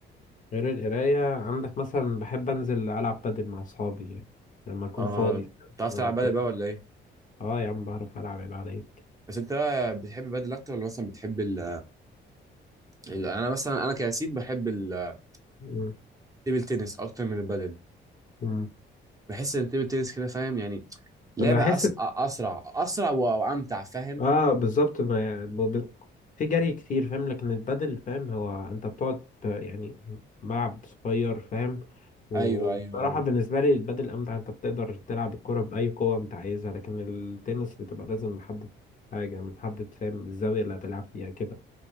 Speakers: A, on the left (about 40°); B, on the right (about 15°).
A: غير القراية عندك مثلا بحب انزل العب بادل مع اصحابي يعني لما اكون
B: اه
A: فاضي
B: بتعرف
A: لما
B: تلعب
A: اكون
B: بدل بقى ولا ايه
A: اه يا عم بعرف العب يبقى عليك
B: بس انت بقى بتحب بدل اكتر ولا مثلا بتحب ال ال- انا مثلا انا كياسين بحب التيبل
A: مم.
B: تنس اكتر من البدل
A: مم.
B: بحس ان التيبل تنس كده فاهم يعني لعبة
A: بحس
B: أس... أسرع أسرع و- وأمتع فاهم
A: اه بالظبط ما يعني ب- ب- في جري كتير فاهم لكن البادل فاهم هو انت بتقعد ت- يعني ملعب صغير فاهم وبصراحة
B: أيوه أيوه أه.
A: بالنسبة لي البادل أمتع أنت بتقدر تلعب الكرة بأي قوة أنت عايزها لكن التنس بتبقى لازم محدد حاجة محدد فاهم الزاوية اللي هتلعب فيها كده